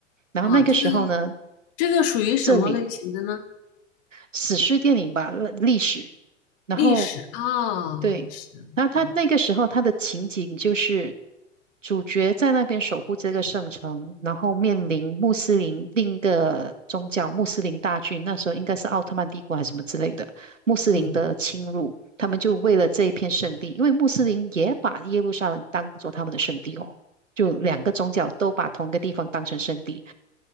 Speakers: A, on the right (about 80°); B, on the left (about 45°).
A: 然后那个时候呢，
B: 啊，这个这个属于什么类型的呢？
A: 这里史诗电影吧，历历史。然后
B: 历史啊，
A: 对，
B: 是好，
A: 然后他那个时候他的情景就是主角在那边守护这个圣城，然后面临穆斯林另一个宗教穆斯林大军，那时候应该是奥特曼帝国还是什么之类的穆斯林的侵入，
B: 嗯，
A: 他们就为了这一片圣地，因为穆斯林也把耶路撒冷当做他们的圣地哦，就两个宗教都把同一个地方当成圣地，